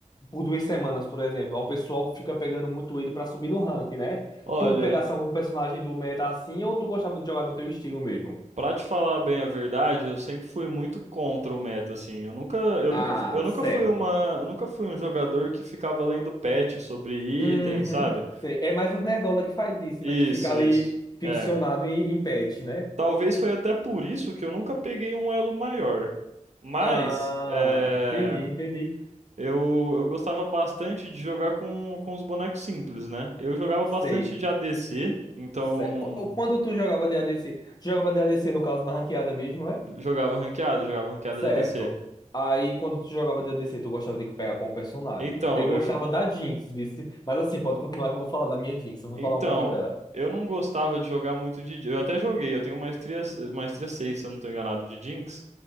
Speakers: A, on the left; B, on the right.
A: por duas semanas, por exemplo. Aí O pessoal fica pegando muito ele pra subir no rank, né?
B: Olha,
A: Tu pegasse algum personagem do meta assim ou tu gostava de jogar no teu estilo mesmo?
B: pra te falar bem a verdade, eu sempre fui muito contra o meta, assim. Eu nunca, eu
A: Ah,
B: nunca, eu nunca
A: certo.
B: fui uma, eu nunca fui um jogador que ficava lendo patch sobre
A: Uhum.
B: item, sabe?
A: Sei. É mais os nerdola que faz isso,
B: Isso,
A: né? Que fica ali
B: isso.
A: ficcionado
B: É.
A: em, em patch, né?
B: Talvez foi até por isso que eu nunca peguei um elo maior. Mas,
A: Ah,
B: é...
A: entendi, entendi.
B: Eu, eu gostava bastante de jogar com, com os bonecos simples, né? Eu jogava bastante
A: Sei.
B: de ADC, então
A: Sei. Qu- Quando tu jogava de ADC, tu jogava de A D C. no caso na ranqueada mesmo, é?
B: jogava ranqueado, jogava ranqueado
A: Certo.
B: de ADC.
A: Aí, quando tu jogava D and D C tu gostava de pegar qual personagem?
B: Então,
A: Eu gostava
B: eu, jo-
A: da Jinx, vice. Mas assim, pode continuar que eu vou falar da minha Jinx. Eu vou
B: então,
A: falar um pouquinho dela.
B: eu não gostava de jogar muito de. Eu até joguei, eu tenho maestria, maestria 6, se eu não tô enganado, de Jinx,